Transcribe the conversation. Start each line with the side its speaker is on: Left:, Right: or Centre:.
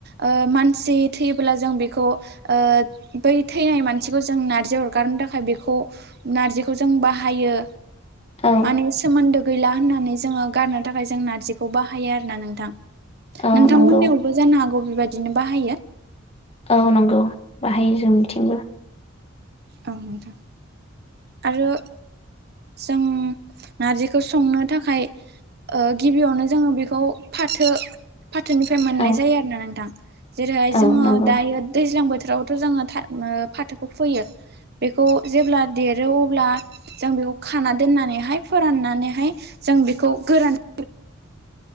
Right: ओ मान सि थैयोब्ला जों बेखौ ओ बै थैनाय मानसिखौ जों नारजि अरगारनो थाखाय बे खौ नारजिखौ जों बाहायो
Left: औ
Right: मानि सोमोनदो गैला होननानै जोङो गारनो थाखाय जों नारजिखौ बाहायो आरो ना नोंथां?
Left: औ
Right: नोंथांमोननियावबो
Left: नंगौ
Right: जानो हागौ बेबायदिनो बाहायो?
Left: औ नंगौ बाहायो जोंनिथिंबो ।
Right: औ नोंथां । आरो जों नारजिखौ संनो थाखाय ओ गिबियावनो जोङो बेखौ फाथो फाथोनिफ्राय मोननाय
Left: औ
Right: जायो आरोना नोंथां । जेरैहाय
Left: औ
Right: जोङो
Left: नंगौ
Right: दायो दैज्लां बोथोरावथ' जोङो फाथोखौ फोयो । बेखौ जेब्ला देरो अब्ला जों बेखौ खाना दोननानैहाय फोराननानैहाय जों बेखौ गोरान